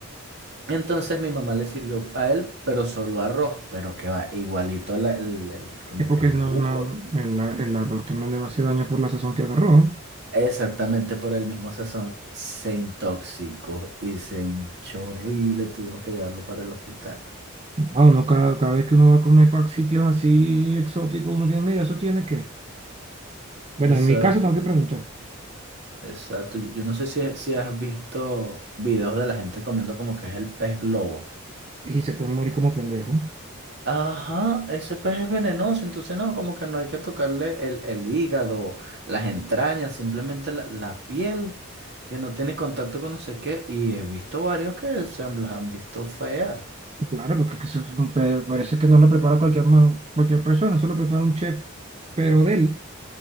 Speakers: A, on the right; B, on the right.
A: Entonces mi mamá le sirvió a él, pero solo arroz, pero que va igualito la- el, el- como
B: Que porque
A: que el
B: si no,
A: jugo.
B: no, el, a- el arroz también le va a hacer daño por la sazón que agarró.
A: Exactamente por el mismo sazón, se intoxicó y se hinchó horrible, tuvimos que llevarlo para el hospital.
B: Ah, uno cada, cada vez que uno va a comer para sitios así exóticos, uno tiene, mira, eso tiene que. Bueno,
A: Eso
B: en mi caso tengo que preguntar.
A: Exacto. Yo, yo no sé si, si has visto videos de la gente comiendo como que es el pez globo.
B: Y se puede morir como pendejo.
A: Ajá, ese pez es venenoso, entonces no, como que no hay que tocarle el, el hígado, las entrañas, simplemente la, la piel, que no tiene contacto con no sé qué. Y he visto varios que se han- las han visto feas.
B: Claro, porque eso es un pe- parece que no lo prepara cualquier, ma- cualquier persona, solo prepara un chef, pero de él.